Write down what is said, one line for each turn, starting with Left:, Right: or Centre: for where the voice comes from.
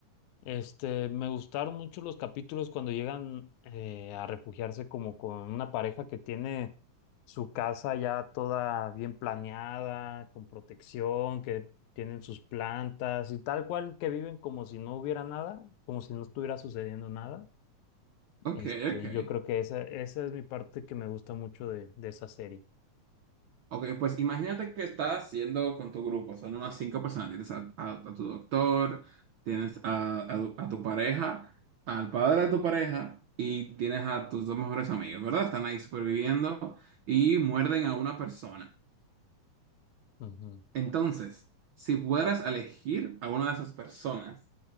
Left: este, me gustaron mucho los capítulos cuando llegan eh, a refugiarse como con una pareja que tiene su casa ya toda bien planeada, con protección, que tienen sus plantas y tal cual que viven como si no hubiera nada, como si no estuviera sucediendo nada.
Right: Ok,
Left: Este,
Right: ok.
Left: yo creo que esa, esa es mi parte que me gusta mucho de, de esa serie.
Right: Ok, pues imagínate que estás haciendo con tu grupo, son unas cinco personas. Tienes a, a- a tu doctor, tienes a, a tu a tu pareja, al padre de tu pareja y tienes a tus dos mejores amigos, ¿verdad? Están ahí superviviendo y muerden a una persona.
Left: Ujú.
Right: Entonces, si fueras a elegir a una de esas personas,